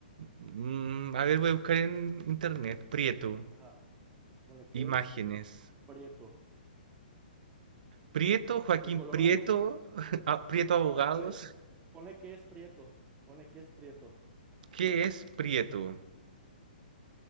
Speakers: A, on the right (about 60°); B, on the right (about 20°).
A: Mm, a ver, voy a buscar en internet. Prieto,
B: Ajá. Ponle que
A: imágenes.
B: es prieto.
A: Prieto, Joaquín
B: De color
A: Prieto,
B: muy oscuro.
A: <laughs> ah, Prieto Abogados.
B: No, ponle, po- ponle que es prieto. Ponle que es prieto.
A: ¿Qué es Prieto?